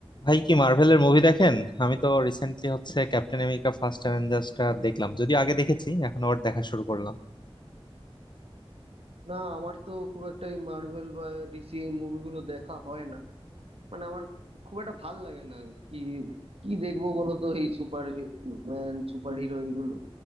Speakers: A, on the left; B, on the right.
A: ভাই কি মার্ভেলের মুভি দেখেন আমি তো রিসেন্টলি হচ্ছে ক্যাপ্টেন আমেরিকা ফার্স্ট অ্যাভেঞ্জার্সটা দেখলাম যদিও আগে দেখেছি এখন আবার দেখা শুরু করলাম
B: না আমার তো খুব একটা এই মার্ভেল বা ডিসি এই মুভিগুলো দেখা হয় না মানে আমার খুব একটা ভাল লাগে না কি কি দেখবো বলো তো এই সুপার ম্যান সুপার হিরো এইগুলো